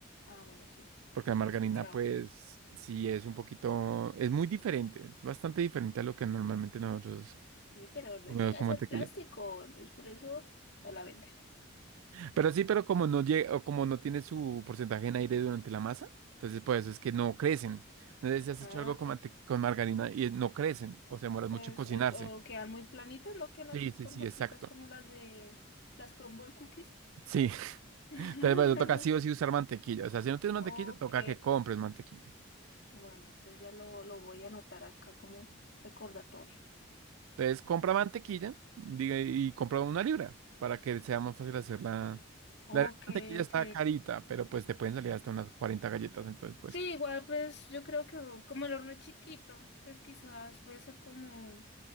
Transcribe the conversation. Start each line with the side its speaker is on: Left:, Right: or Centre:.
Left: Ah, bueno, sí.
Right: porque la
Left: Sí
Right: margarina,
Left: lo he escuchado.
Right: pues, sí es un poquito, es muy diferente, es bastante diferente a lo que normalmente nosotros
Left: Sí, pero no
Right: comemos
Left: llega
Right: como
Left: a ser
Right: mantequilla.
Left: plástico, entonces por eso no la venden.
Right: Pero sí, pero como no llega, o como no tiene su porcentaje en aire durante la masa, entonces por eso es que no crecen. No sé si has
Left: Ah,
Right: hecho algo con, mante- con margarina y no crecen, o se demoras mucho
Left: Pues,
Right: en cocinarse.
Left: o, o quedan muy planitas, no quedan así
Right: Sí,
Left: esponjositas
Right: sí, sí, exacto.
Left: como las de las crumble Cookies.
Right: Sí, <laughs>
Left: <laughs>
Right: entonces por eso toca sí o sí usar mantequilla. O sea, si no tienes mantequilla,
Left: Ok,
Right: toca que compres mantequilla.
Left: bueno, entonces ya lo, lo voy a anotar acá como recordatorio.
Right: Entonces compra mantequilla diga, y compra una libra para que sea más fácil hacer la...
Left: Ok,
Right: La mantequilla está
Left: ok.
Right: carita, pero pues te pueden salir hasta unas 40 galletas, entonces pues...
Left: Sí, igual pues yo creo que como el horno es chiquito, entonces quizás voy a hacer como,